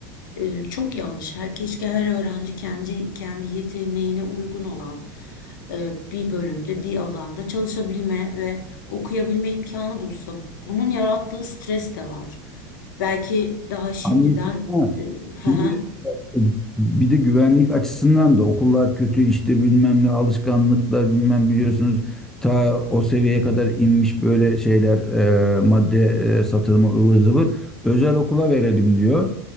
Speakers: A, on the left; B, in the centre.
A: e, çok yanlış. Her, keşke her öğrenci kendi kendi yeteneğine uygun olan e, bir bölümde, bir alanda çalışabilme ve okuyabilme imkanı bulsa. Bunun yarattığı stres de var. Belki daha şimdiden
B: Annesinden.
A: e, <laughs> hı
B: Şimdi
A: hı,
B: E, Bir de güvenlik açısından da okullar kötü işte bilmem ne alışkanlıklar bilmem biliyorsunuz ta o seviyeye kadar inmiş böyle şeyler e, madde e, satılımı ıvır zıvır özel okula verelim diyor.